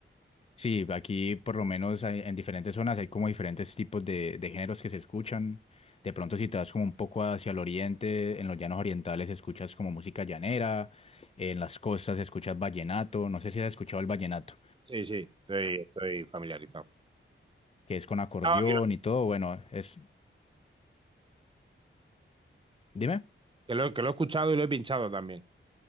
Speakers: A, on the left; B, on the right.
A: Sí, aquí por lo menos hay- en diferentes zonas hay como diferentes tipos de, de géneros que se escuchan. De pronto si te vas como un poco hacia el oriente, en los llanos orientales escuchas como música llanera, en las costas escuchas vallenato, no sé si has escuchado el vallenato,
B: Sí, sí, estoy, estoy familiarizado.
A: que es con acordeón
B: No, y lo-
A: y todo, bueno, es... Dime,
B: Que lo, que lo he escuchado y lo he pinchado también.